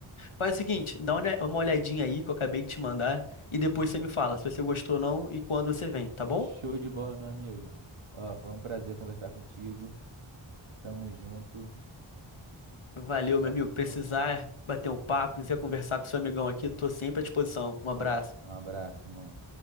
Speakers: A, on the left; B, on the right.
A: Faz o seguinte, dá uma uma olhadinha aí que eu acabei de te mandar e depois você me fala se você gostou ou não e quando você vem, tá bom?
B: Show de bola, meu amigo. Ó, foi um prazer conversar contigo. Tamo junto.
A: Valeu, meu
B: Valeu.
A: amigo. Precisar bater um papo, quiser conversar com seu amigão aqui, tô sempre à disposição. Um abraço.
B: Um abraço, irmão.